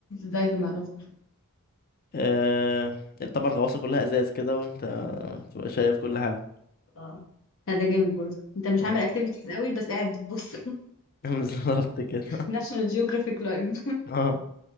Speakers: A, on the left (about 60°); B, on the left (about 40°).
A: دايفنج على طول
B: آه... طبعا الغواصة كلها ازاز كده وانت تبقى شايف كل حاجة
A: اه لا ده جامد برضه انت مش
B: اه
A: عامل اكتيفيتيز قوي بس قاعد بتبص <laughs>
B: <laughs> بالظبط كده
A: ناشونال جيوغرافيك لايف
B: اه